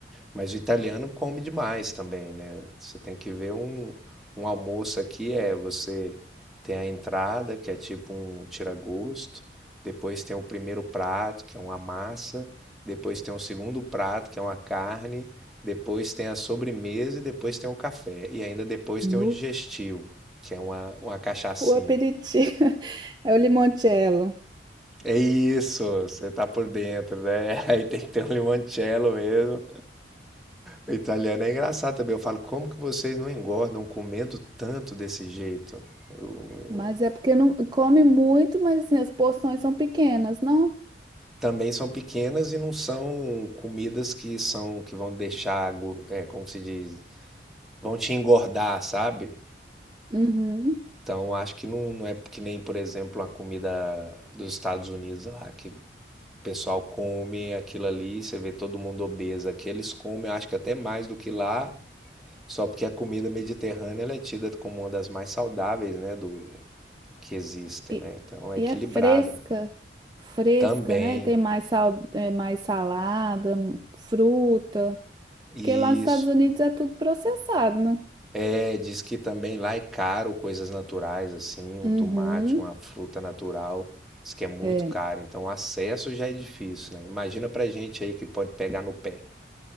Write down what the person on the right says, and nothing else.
Nu.
O aperitivo <laughs> é o limoncello.
Mas é porque não come muito, mas assim, as porções são pequenas, não?
Uhum.
E,
e
é fresca, fresca,
né? Tem mais sal, é, mais salada, fruta.
Porque lá nos Estados Unidos é tudo processado, né?
Uhum.
É.